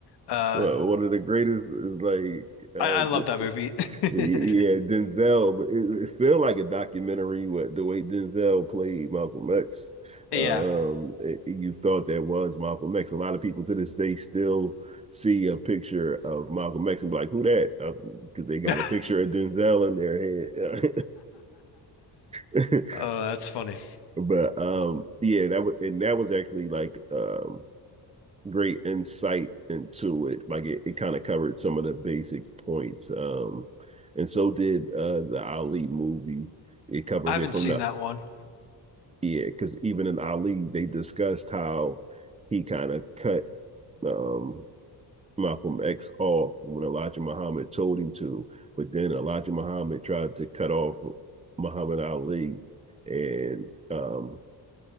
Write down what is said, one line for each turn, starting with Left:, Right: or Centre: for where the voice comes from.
Left: Uh,
Right: Uh, one of the greatest is like uh
Left: I, I love that movie. <laughs>
Right: yeah Denzel. It, it feel like a documentary with the way Denzel played Malcolm X.
Left: Yeah.
Right: Um, it- you thought that was Malcolm X. A lot of people to this day still see a picture of Malcolm X and be like, "Who that?" Because uh, they got
Left: <laughs>
Right: a picture of Denzel in their head. <laughs>
Left: Oh, that's funny.
Right: But um, yeah, that was and that was actually like um great insight into it. Like it, it kind of covered some of the basic points. Um, and so did uh, the Ali movie. It covered
Left: I haven't
Right: it from
Left: seen
Right: the
Left: that one.
Right: yeah, because even in Ali, they discussed how he kind of cut um, Malcolm X off when Elijah Muhammad told him to, but then Elijah Muhammad tried to cut off Muhammad Ali, and um,